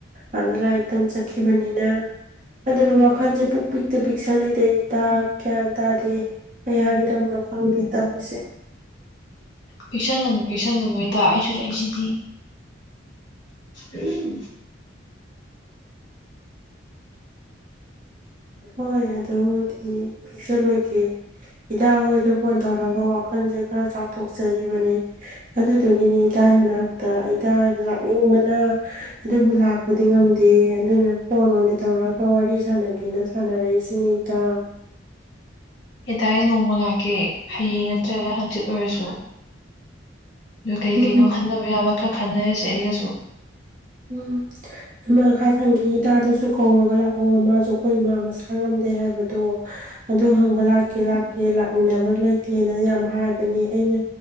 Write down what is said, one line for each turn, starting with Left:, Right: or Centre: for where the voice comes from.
Right: ꯑꯗ ꯂꯥꯏꯔꯤꯛ ꯇꯝ ꯆꯠꯈꯤꯕꯅꯤꯅ ꯑꯗꯨꯅ ꯋꯥꯈꯜꯁꯦ ꯄꯨꯛ ꯄꯤꯛꯇ ꯄꯤꯛꯁꯜꯂꯤꯗ ꯑꯩ ꯃꯍꯥꯛ ꯒ꯭ꯌꯥꯟ ꯇꯥꯗꯦ ꯀꯩ ꯍꯥꯏꯒꯗꯕꯅꯣ ꯈꯪꯗꯦ ꯇꯧꯔꯤꯁꯦ
Left: ꯄꯤꯛꯁꯟꯒꯅꯨ ꯄꯤꯛꯁꯟꯒꯅꯨ ꯏꯇꯥ ꯑꯩꯁꯨ ꯂꯩꯁꯤ ꯗꯤ ꯎꯍꯝ-
Right: ꯍꯣꯏ ꯑꯗꯨ ꯕꯨꯗꯤ ꯄꯤꯛꯁꯟꯂꯣꯏꯒꯦ ꯏꯇꯥꯍꯣꯏꯗ ꯐꯣꯟ ꯇꯧꯔꯒ ꯋꯥ ꯋꯥꯈꯜꯖꯦ ꯈꯔ ꯆꯥꯎꯊꯣꯛꯆꯔꯤꯕꯅꯤ ꯑꯗꯨꯗꯨꯒꯤꯅꯤ ꯏꯇꯥꯒꯤ ꯃꯅꯥꯛꯇ ꯏꯇꯥ ꯂꯥꯛꯅꯤꯡꯕ ꯅ ꯍꯍ ꯑꯗꯨꯕꯨ ꯂꯥꯛꯄꯗꯤ ꯉꯝꯗꯦ ꯑꯗꯨꯅ ꯐꯣꯟ ꯑꯣꯏꯅ ꯇꯧꯔꯒ ꯋꯥꯔꯤ ꯁꯥꯟꯅ ꯁꯥꯟꯅꯔꯩꯁꯤꯅꯤ ꯏꯇꯥ
Left: ꯏꯇꯥ ꯑꯩ ꯅꯣꯡꯃ ꯂꯥꯛꯀꯦ ꯍꯌꯦꯡ ꯅꯠꯇ꯭ꯔꯒ ꯍꯥꯡꯆꯤꯠ ꯑꯣꯏꯔꯁꯨ ꯑꯗꯨ ꯀꯩ
Right: ꯎꯝ
Left: ꯀꯩꯅꯣ ꯈꯟꯅꯕ ꯌꯥꯕ ꯈꯔ ꯈꯟꯅꯔꯁꯦ ꯑꯩꯒꯁꯨ
Right: ꯎꯝ ꯑꯃ ꯃꯈꯥ ꯊꯪꯒꯤ ꯏꯇꯥ ꯑꯗꯨꯁꯨ ꯁꯨ ꯀꯧꯔꯒ ꯂꯥꯛꯑꯣ ꯃꯥꯁꯨ ꯑꯩꯈꯣꯏ ꯏꯃꯥ ꯃꯁꯥ ꯈꯥꯡꯉꯝꯗꯦ ꯍꯥꯏꯕꯗꯣ ꯑꯗꯨ ꯍꯪꯕ ꯂꯥꯛꯀꯦ ꯂꯥꯛꯀꯦ ꯂꯥꯛꯃꯤꯟꯅꯕ ꯂꯩꯇꯦꯅ ꯌꯥꯝ ꯍꯥꯏꯕꯅꯤ ꯑꯩꯅ